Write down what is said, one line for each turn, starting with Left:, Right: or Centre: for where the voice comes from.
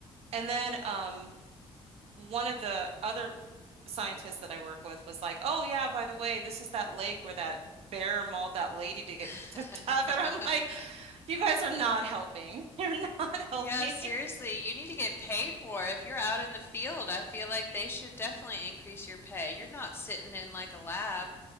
Right: And then um, one of the other scientists that I work with was like, "Oh yeah, by the way, this is that lake where that bear mauled that lady to get
Left: <laughs>
Right: <laughs> to death." And I'm like, "You guys are not helping. <laughs> You're not
Left: Yeah,
Right: helping."
Left: seriously,
Right: <laughs>
Left: you need to get paid more. If you're out in the field, I feel like they should definitely increase your pay. You're not sitting in like a lab.